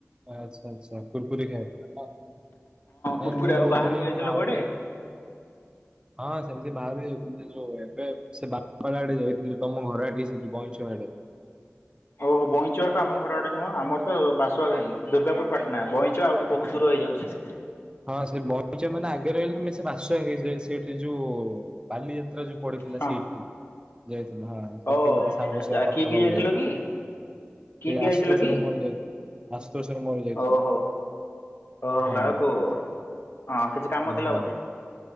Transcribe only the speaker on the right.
ଆଚ୍ଛା ଆଚ୍ଛା କୁର୍ କୁରି ଖାଇ ହଁ ହଁ
ମୁଁ
କହୁଥିଲି
କି ଆଉ
ହଁ ସେମିତି ବାହରକୁ ଯଉ ଏବେ ଘର ଆଡେ ଯାଇଥିଲୁ ତମ ଘର ଆଡେ ବଇସ ଆଡ଼େ
ହଁ ସେ ବଇଚ ମାନେ ର ହେଲେ ଆମେ ସେ ବାସ ସେଠି ଯୋଉ ବାଲିଯାତ୍ରା ଯଉ ପଡିଥିଲା
ସେଇଠି। ଜୟ ହଁ ସେଠି
ଗୋଟେ ସାଙ୍ଗ ସହ କଥାହବାକୁ
ଯାଇଥିଲୁ,
ସେ
ଆସତୋଶର
ମୋର ଯାଇଥିକୁ, ଆସ୍ତୋଷର ମୋର ଯାଇଥିଲୁ
ହଁ।
ଏ
ହଁ।